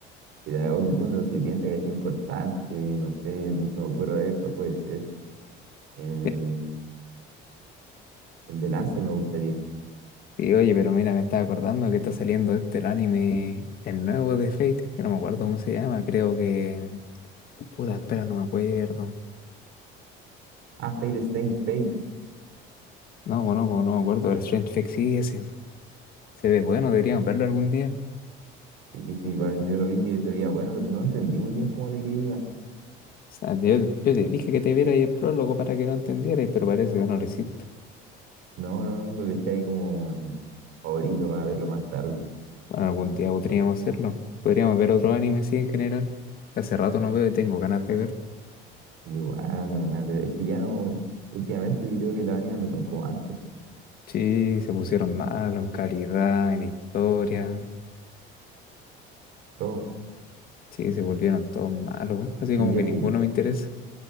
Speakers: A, on the right; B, on the left.
A: y de algún recipiente que es importante, no sé, no se me ocurre a ver cuál puede ser. El,
B: <laughs>
A: el de Lancer me gustaría.
B: Sí, oye, pero mira, me estaba acordando que está saliendo este el anime, el nuevo de Fate, que no me acuerdo cómo se llama, creo que... Puta, espera, no me acuerdo.
A: Ah, Fate Strange Fake.
B: No, bueno, pues, no me acuerdo, el Strange Fate sí, ese. Se ve bueno, deberíamos verlo algún día. O
A: Sí, sí, igual yo lo vi que se veía bueno, pero no entendí muy bien cómo de qué iba.
B: sea, yo, yo te dije que te viera ahí el prólogo para que lo entendieras, pero parece que no lo hiciste.
A: No, no, no, lo dejé ahí como favorito para verlo más tarde.
B: Bueno, algún día podríamos hacerlo. Podríamos ver otro anime, sí, en general. Hace rato no veo y tengo ganas de ver.
A: Y Igual ando con ganas de ver. Es que ya no, últimamente yo creo que los animes no son como antes.
B: Sí, se pusieron malos en calidad, en historia.
A: Todo.
B: Sí, se volvieron todos malos. Así
A: Y
B: como
A: diría
B: que ninguno
A: que
B: me interesa.